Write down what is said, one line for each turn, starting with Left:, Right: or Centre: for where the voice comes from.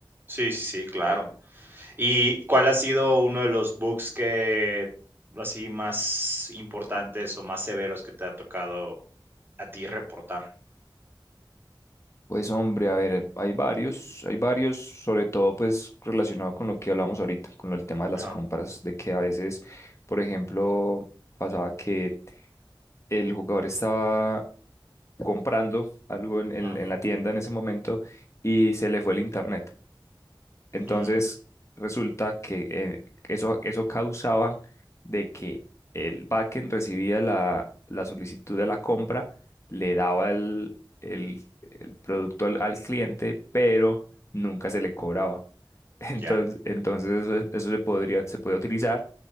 Right: Sí, sí, sí, claro. ¿Y cuál ha sido uno de los bugs que así más importantes o más severos que te ha tocado a ti reportar?
Left: Pues hombre, a ver, hay varios, hay varios, sobre todo pues relacionado con lo que hablamos ahorita, con el tema de las
Right: Ajá.
Left: compras, de que a veces, por ejemplo, pasaba que el jugador estaba comprando algo en, en-
Right: Ah.
Left: en la tienda en ese momento y se le fue el internet. Entonces,
Right: Mm,
Left: resulta que eh, eso, eso causaba de que el backend recibía la, la solicitud de la compra, le daba el, el, el producto al, al cliente, pero nunca se le cobraba. <laughs> Entonces,
Right: ya,
Left: entonces eso, eso se podría, se puede utilizar